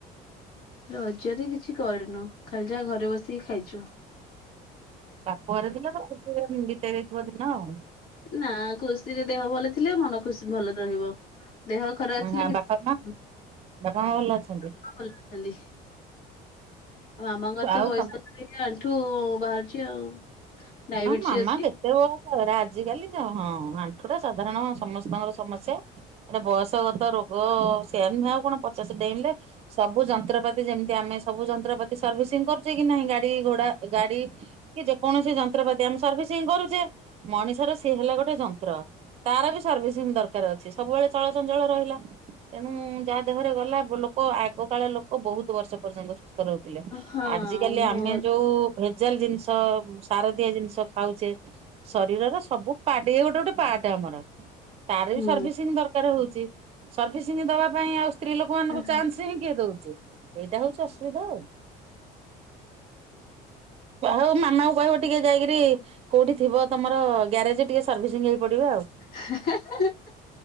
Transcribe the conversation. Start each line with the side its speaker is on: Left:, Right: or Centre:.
Left: ରଜରେ କିଛି କରିନୁ ଖାଲି ଯାହା ଘରେ ବସିକି ଖାଇଛୁ।
Right: ବାପ ଘରେ ଥିଲେ ତ ଖୁସିରେ ବିତେଇ ଦେଇଥିବ ଦିନ ଆଉ।
Left: ନା ଖୁସିରେ ଦେହ ଭଲ ଥିଲେ ମନ ଖୁସି ଭଲ ରହିବ। ଦେହ ଖରାପ ଥିଲେ
Right: ହଁ
Left: କିସ୍
Right: ବାପା ମା
Left: <unintelligible>
Right: ବାପା ମା ଭଲ ଅଛନ୍ତି
Left: <unintelligible> ଆଉ ମାମାଙ୍କର ତ
Right: ଆଉ
Left: ବୟସ
Right: ତମ
Left: <unintelligible> ଆଣ୍ଠୁ ବାହାରୁଚି ଆଉ। ଡାଇବେଟିସ
Right: ହଁ ମାମା
Left: ଅଛି।
Right: କେତେ ବୟଷ ହେରା ଆଜିିକାଲି ଜ ହଁ <unintelligible> <unintelligible> ସାଧାରଣ ସମସ୍ତଙ୍କର ସମସ୍ୟା। ଏଟା ବୟସଗତ ରୋଗ ସେଆ ନୁହଁ ଆଉ କଣ ପଚାଶେ ଡେଇଁଲେ ସବୁ ଯନ୍ତ୍ରପାତି ଯେମିତି ଆମେ ସବୁ ଯନ୍ତ୍ରପାତି ସର୍ଭିସିଂ କରୁଚେ କି ନାହିଁ ଗାଡିଘୋଡା ଏ ଗାଡି କି ଯେକୌଣସି ଯନ୍ ନ୍ତ୍ରପାତି ଆମେ ସର୍ଭିସିଂ କରୁଚେ ମଣିଷର ସିଏ ହେଲା ଗୋଟେ ଯନ୍ତ୍ର। ତାର ବି ସର୍ଭିସିଂ ଦରକାର ଅଛି ସବୁବେଳେ ଚଳଚଞ୍ଚଳ ରହିଲା ତେଣୁ ଯାହା ଦେହରେ ଗଲା ବୋ ଲୋ କ ଆଗ କାଳ ଲୋକ ବହୁତ୍ ବର୍ଷ ପର୍ଯ୍ୟନ୍ତ ସୁସ୍ଥ ରହୁ ଥିଲେ
Left: ହଁ
Right: ଆଜି କାଲି
Left: ମୋର
Right: ଆମେ ଯୋଉ ଭେଜାଲ ଜିନିଷ ସାରଦିଆ ଜିନିଷ ଖାଉଚେ ଶରୀରର ସବୁ ପାର୍ଟ ଇଏ ଗୋଟେ ଗୋଟେ ପାର୍ଟ ଆମର। ତାର
Left: ହୁଁ
Right: ବି ସର୍ଭିସିଂ ଦରକାର ହଉଚି। ସର୍ଭିସିଂ ଦବା ପାଇଁ ଆଉ ସ୍ତ୍ରୀ ଲୋକମାନଙ୍କୁ
Left: ହଁ।
Right: ଚାନ୍ସ ହିଁ କିଏ ଦଉଚି? ଏଇଟା ହଉଚି ଅସୁବିଧା ଆଉ ଆଉ ମାମା କହିବ ଟିକେ ଯାଇକିରି କୋଉଠି ଥିବ ତମର ଗ୍ୟାରେଜ୍ ଟିକେ ସର୍ଭିସିଂ ହେଇ ପଡିବା ଆଉ।
Left: ହା ହା <unintelligible>